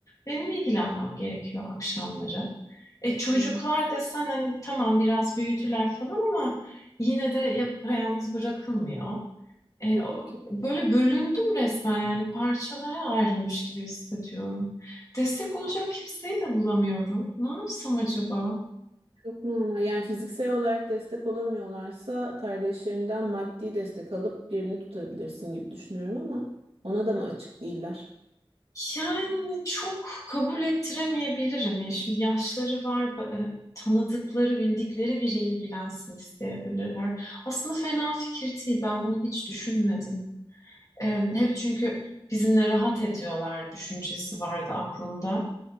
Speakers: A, on the left; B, on the right.
A: benim ilgilenmem gerekiyor akşamları. E, çocuklar
B: Anladım.
A: desen hani tamam biraz büyüdüler falan ama yine de yapayalnız bırakılmıyor. E,
B: Tabii
A: o-
B: ki.
A: böyle bölündüm resmen yani parçalara ayrılmış gibi hissediyorum. Destek olacak kimseyi de bulamıyorum. Ne yapsam acaba?
B: Çok normal. Yani fiziksel olarak destek olamıyorlarsa kardeşlerinden maddi destek alıp birini tutabilirsin gibi düşünüyorum ama ona da mı açık değiller?
A: Yani çok kabul ettiremeyebilirim ya. Şimdi yaşları var, ba- e, tanıdıkları, bildikleri biri ilgilensin isteyebilirler. Aslında fena fikir değil. Ben bunu hiç düşünmedim. E, hep çünkü bizimle rahat ediyorlar düşüncesi vardı aklımda.